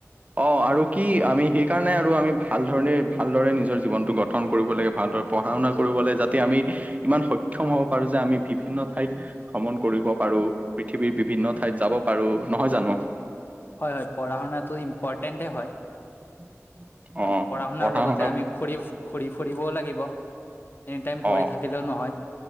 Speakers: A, on the right (about 30°); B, on the left (about 40°).
A: অ' আৰু কি আমি সেইকাৰণে আৰু আমি ভাল ধৰণে ভালদৰে নিজৰ জীৱনটো গ গঠন কৰিব লাগে ভালদৰে পঢ়া-শুনা কৰিব লাগে যাতে আমি ইমান সক্ষম হ'ব পাৰো যে আমি বিভিন্ন ঠাইত ভ্ৰমণ কৰিব পাৰোঁ, পৃথিৱীৰ বিভিন্ন ঠাইত যাব পাৰোঁ, নহয় জানো?
B: হয় হয়, পঢ়া শুনাটো ইম্পৰ্টেণ্টেই হয়।
A: <unintelligible>
B: অ পঢ়া-শুনাৰ
A: পঢ়া
B: লগতে
A: শুনা
B: আমি - ঘূৰি ঘূৰি-ফুৰিবও লাগিব, এনিটাইম পঢ়ি
A: অ
B: থাকিলেও নহয়।